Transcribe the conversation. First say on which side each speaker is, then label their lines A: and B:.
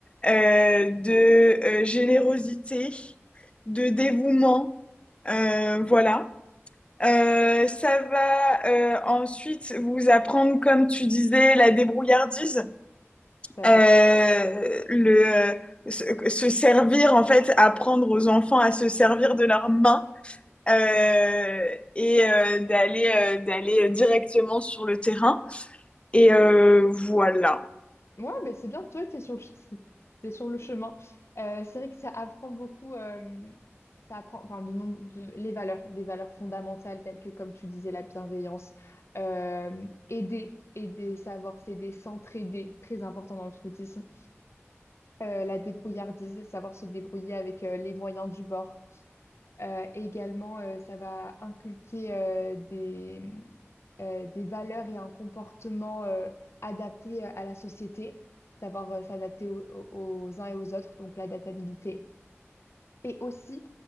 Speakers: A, on the left (about 25°); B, on the left (about 65°).
A: euh, de euh, générosité, de dévouement. euh, voilà. Euh, ça va euh, ensuite vous apprendre, comme tu disais, la débrouillardise,
B: Tout à
A: euh,
B: fait.
A: le, euh, se, se servir, en fait, apprendre aux enfants à se servir de leurs mains euh,
B: Mm.
A: et euh, d'aller euh, d'aller directement sur le terrain. Et euh, voilà.
B: Ouais, ben c'est bien, toi, t'es sur le, ch- t'es sur le chemin. Euh, c'est vrai que ça apprend beaucoup, euh, ça apprend, enfin, de, nombre- de, les valeurs, des valeurs fondamentales telles que, comme tu disais, la bienveillance, euh, aider, aider, savoir s'aider, s'entraider, très important dans le scoutisme. euh, la débrouillardise, savoir se débrouiller avec euh, les moyens du bord. Euh, et également, euh, ça va inculquer euh, des, euh, des valeurs et un comportement euh, adapté euh, à la société, savoir euh, s'adapter au- au- aux uns et aux autres, donc l'adaptabilité. Et aussi,